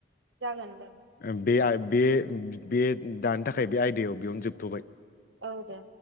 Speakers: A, on the right (about 85°); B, on the left (about 50°).
A: जागोन दे।
B: ओम बे आय बे बे दानि थाखाय बे आयदायाव बेयावनो जोबथ'बाय।
A: औ दे।